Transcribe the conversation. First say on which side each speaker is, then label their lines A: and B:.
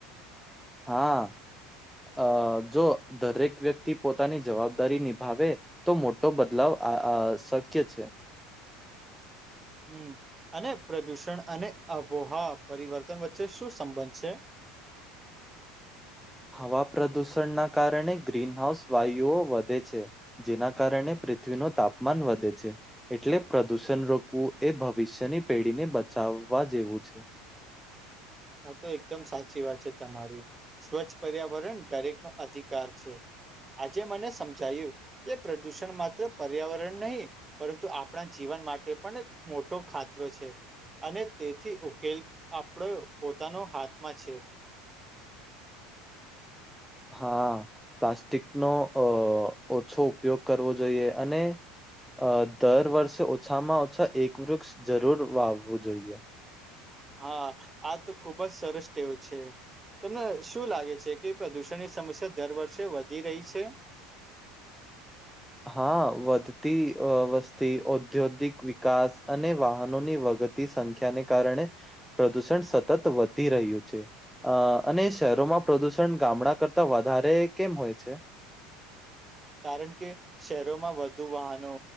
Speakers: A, in the centre; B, on the right (about 15°).
A: હા અ જો દરેક વ્યક્તિ પોતાની જવાબદારી નિભાવે તો મોટો બદલાવ આ આ શક્ય છે.
B: હમ્મ અને પ્રદુષણ અને આબોહવા પરિવર્તન વચ્ચે શું સંબંધ છે?
A: હવા પ્રદુષણના કારણે ગ્રીનહાઉસ વાયુઓ વધે છે. જેના કારણે પૃથ્વીનું તાપમાન વધે છે. એટલે પ્રદૂષણ રોકવું એ ભવિષ્યની પેઢીને બચાવવા જેવું છે.
B: હા તો એકદમ સાચી વાત છે તમારી સ્વચ્છ પર્યાવરણ દરેક નો અધિકાર છે. આજે મને સમજાયું કે પ્રદૂષણ માત્ર પર્યાવરણ નહીં પરંતુ આપણા જીવન માટે પણ મોટો ખતરો છે. અને તેથી ઉકેલ આપણો પોતાનો હાથમાં છે.
A: હા પ્લાસ્ટિકનો અ ઓછો ઉપયોગ કરવો જોઈએ અને અ દર વર્ષે ઓછામાં ઓછા એક વૃક્ષ જરૂર વાવવું જોઈએ.
B: હા આ તો ખુબ જ સરસ ટેવ છે. તમને શું લાગે છે કે પ્રદુષણની સમસ્યા દર વર્ષે વધી રહી છે?
A: હા વધતી વસ્તી ઔદ્યોગિક વિકાસ અને વાહનોની વગ તી સંખ્યા ને કારણે પ્રદૂષણ સતત વધી રહ્યું છે. અ અને શહેરોમાં પ્રદુષણ ગામડા કરતા વધારે કેમ હોય છે?
B: કારણ કે શહેરોમાં વધુ વાહનો,